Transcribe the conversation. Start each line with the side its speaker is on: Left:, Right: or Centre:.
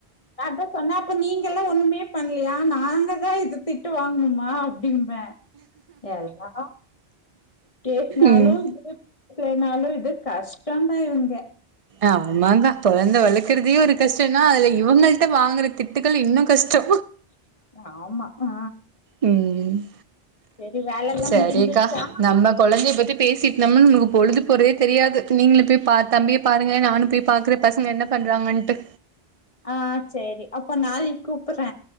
Left: நா அதா சொன்ன அப்ப நீங்க எல்லா ஒண்ணுமே பண்லையா நாங்கதா இது திட்டு வாங்கணுமா அப்டின்பே எல்லா பேசுனாலு
Right: ம்
Left: <inaudible> பேசுலனாலு இது கஷ்டோந்தா இவுங்க
Right: ஆமாங்க கொழந்த வளக்கறதே ஒரு கஷ்டோனா அதுல இவுங்கள்ட்ட வாங்கற திட்டுக்கள் இன்னு கஷ்டோ
Left: ஆமா ஆ
Right: ம்
Left: சேரி வேல எல்லா
Right: சரிக்கா
Left: முடிஞ்சிருச்சா
Right: நம்ம கொழந்தைய பத்தி பேசிட்டு இந்தம் ன் நம்ளுக்கு பொழுது போறதே தெரியாது நீங்களு போய் பா தம்பியே பாருங்க நானும் போய் பாக்றே பசங்க என்ன பண்றாங்கட்டு
Left: ஆ சேரி அப்போ நாளைக்கு கூப்பட்றே